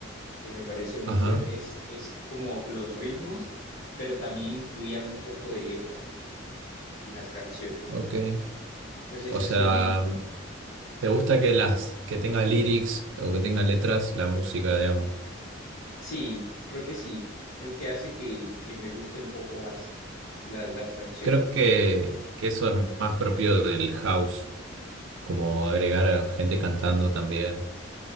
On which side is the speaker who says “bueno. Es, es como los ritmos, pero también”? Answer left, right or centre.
Left